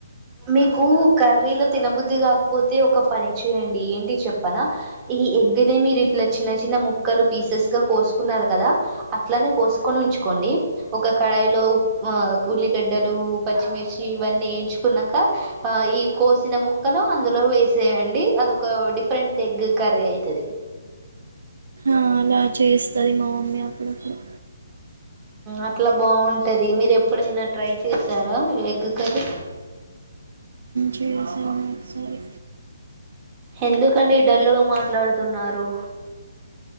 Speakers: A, on the right (about 25°); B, on the right (about 75°).
A: మీకు కర్రీలో తినబుద్ధి కాకపోతే ఒక ప పని చేయండి ఏంటి చెప్పనా ఈ ఎగ్ మీరు ఇట్లా చిన్న చిన్న ముక్కలు పీసెస్ గా కోసు కున్నారు కదా అట్లనే కోసుకొని ఉంచుకోండి ఒక కడాయిలో ఉ ఉల్లిగడ్డలు పచ్చిమిర్చి ఇవన్నీ వేయించుకున్నాక ఆ ఈ కోసిన ముక్కలు అందులో వేసేయండి అది ఒక డిఫరెంట్ ఎగ్ కర్రీ అయితది
B: ఆ అలా చేస్తది మా మమ్మీ అప్పుడిప్పుడు
A: అట్లా బాగుంటది మీరు ఎప్పుడైనా ట్రై చేస్తారా ఎగ్ కర్రీ
B: చేసాను ఒకసారి
A: ఎందుకండి డల్గా మాట్లాడుతున్నారు